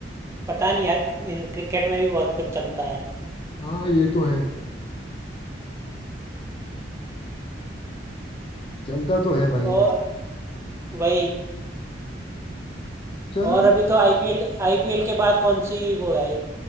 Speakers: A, on the right; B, on the left.
A: पता नहीं यार क्रिकेट में भी बहुत कुछ चलता है
B: हाँ ये तो है चलता तो है भाई
A: और वही
B: चल
A: और अभी तो आईपीएल आईपीएल के बाद कौन सी वो है